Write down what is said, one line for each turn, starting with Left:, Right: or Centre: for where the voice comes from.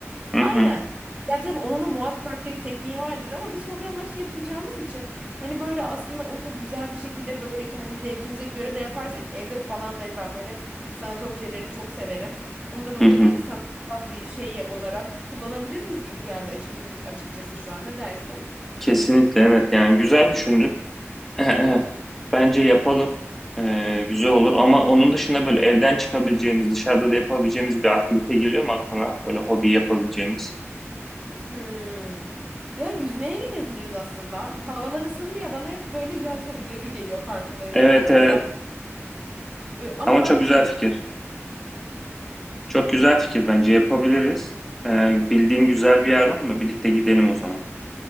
Centre: Hı
Right: aynen.
Centre: hı,
Right: Ya tabii onun da muhakkak ki tekniği vardır ama biz hobi amaçlı yapacağımız için hani böyle aslında onu güzel bir şekilde böyle kendi zevkimize göre de yaparsak evde falan da hani ben böyle sanat objeleri çok severim. Onu da böyle
Centre: hı hı.
Right: bir sanatsal bir şey olarak kullanabiliriz gibi geldi açıkçası, açıkçası şu an ne dersin?
Centre: Kesinlikle evet yani güzel düşündün. <laughs> Bence yapalım. Ee, güzel olur ama onun dışında böyle evden çıkabileceğimiz, dışarıda da yapabileceğimiz bir aktivite geliyor mu aklına? Böyle hobi yapabileceğimiz.
Right: Hmm. Ya yüzmeye gidebiliriz aslında. Havalar ısındı ya bana hep böyle yaz hobileri geliyor farkındaysan.
Centre: Evet
Right: Hep
Centre: evet.
Right: yaz. Ee, ama
Centre: Ama
Right: bak
Centre: çok güzel
Right: yüzme
Centre: fikir. Çok güzel fikir bence yapabiliriz. Ee, bildiğin güzel bir yer var mı? Birlikte gidelim o zaman.